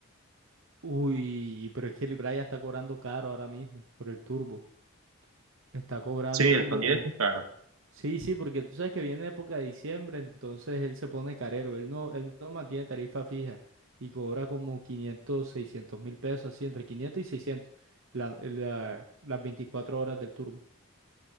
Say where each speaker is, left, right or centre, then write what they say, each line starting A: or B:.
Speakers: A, on the right; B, on the right.
A: Uy, pero es que el Brian está cobrando caro ahora mismo por el turbo. Está cobrando
B: Sí, el
A: como...
B: sonido es claro.
A: Sí, sí, porque tú sabes que viene época de diciembre, entonces él se pone carero. Él no, él no mantiene tarifa fija y cobra como 500, seiscientos mil pesos, así, entre 500 y 600 la- la- las 24 horas del turbo.